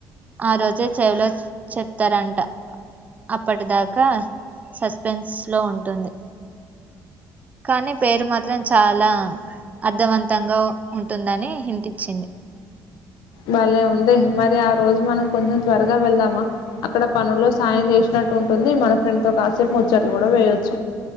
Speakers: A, on the right (about 20°); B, on the left (about 85°).
A: ఆ రోజే చెవిలో చెప్తరంట అప్పటిదాకా సస్పెన్స్ లో ఉంటుంది. కానీ పేరు మాత్రం చాలా అర్థవంతంగా ఉంటుందని హింటిచ్చింది.
B: భలే ఉందే మరి ఆ రోజు మనం కొంచెం త్వరగా వెళ్దామా, అక్కడ పనుల్లో సాయం చేసినట్టు ఉంటుంది, మన ఫ్రెండ్తో కాసేపు ముచ్చట్లు కూడా వెయోచ్చు.